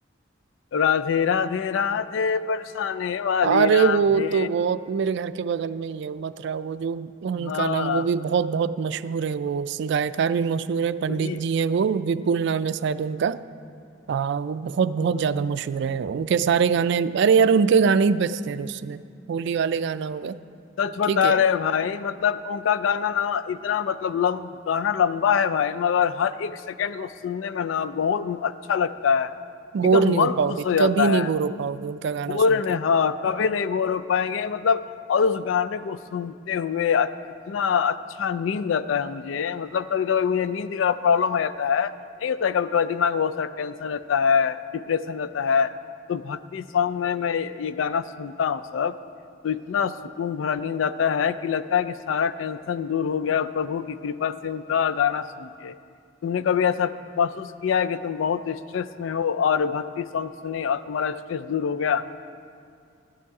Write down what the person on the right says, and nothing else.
अरे
वो तो बहुत मेरे घर के बगल में ही है उमथरा वो जो उनका
नाम वो भी बहुत बहुत मशहूर है वो गायकार भी मशहूर है पंडित
जी हैं वो विपुल नाम है शायद उनका हाँ वो बहुत
बहुत ज्यादा मशहूर है उनके सारे गाने अरे यार उनके गाने ही बजते रहे उसमें होली वाले गाना हो गए
ठीक है
बोर
नहीं हो
पाओगे
कभी नहीं
बोर हो पाओगे उनका गाना
सुन
के